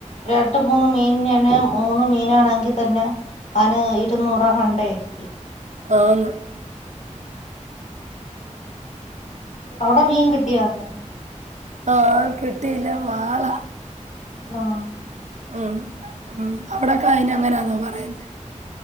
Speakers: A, on the left; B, on the right.
A: രണ്ട് മൂന്ന് മീൻ ന്നെ മൂന്ന് മീനാണെങ്കിൽ തന്നെ അവന് ഇരുന്നൂറാണ്ടയിരിക്കി
B: ആന്ന്
A: അവിടെ മീൻ കിട്ടിയ ഇന്ന്
B: ആഹ് കിട്ടി ഇല്ല വാള
A: ആഹ്
B: ഉം ഉം അവിടൊക്കെ അയിന് അങ്ങനെയാന്നോ പറയുന്ന